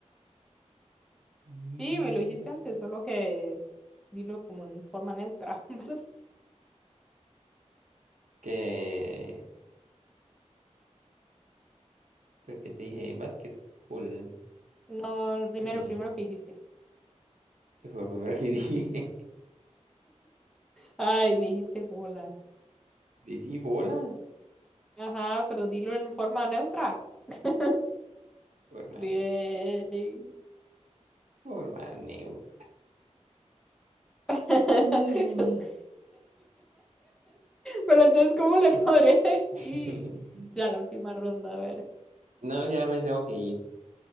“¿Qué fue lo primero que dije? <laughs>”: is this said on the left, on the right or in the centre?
Right